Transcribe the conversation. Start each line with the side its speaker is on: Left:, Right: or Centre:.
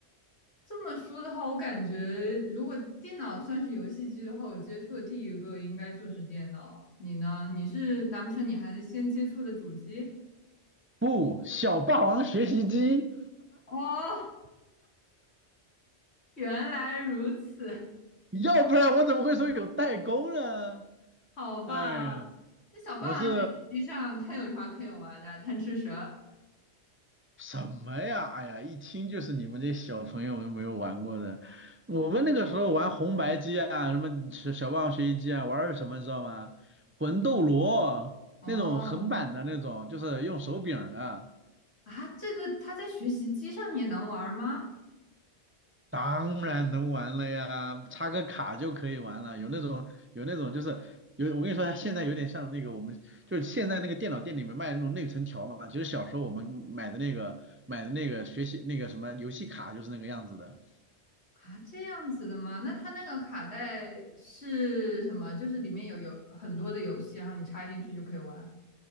Left: 这么说的话，我感觉如果电脑算是游戏机的话，我接触的第一个应该就是电脑。你呢？你是难不成你还先接触的主机？
Right: 不，小霸王学习机，
Left: 哦，原来如此，
Right: 要不然我怎么会说有代沟呢？
Left: 好吧。
Right: 哎呀，
Left: 那小霸王学习机上它有啥可以玩的？
Right: 我是
Left: 贪吃蛇？
Right: 什么呀？哎呀，一听就是你们这些小朋友们没有玩过的。我们那个时候玩红白机啊，什么小小霸王学习机啊，玩的是什么你知道吗？魂斗罗那种横版的那种，
Left: 哦，
Right: 就是用手柄的。
Left: 啊，这个它在学习机上也能玩吗？
Right: 当然能玩了呀，插个卡就可以玩了。有那种有那种就是有，我跟你说，现在有点像那个我们就是现在那个电脑店里面卖的那种内存条嘛。其实小时候我们买的那个买的那个学习那个什么游戏卡就是那个样子的。
Left: 啊，这样子的吗？那它那个卡带是什么？就是里面有有很多的游戏，然后你插进去就可以玩。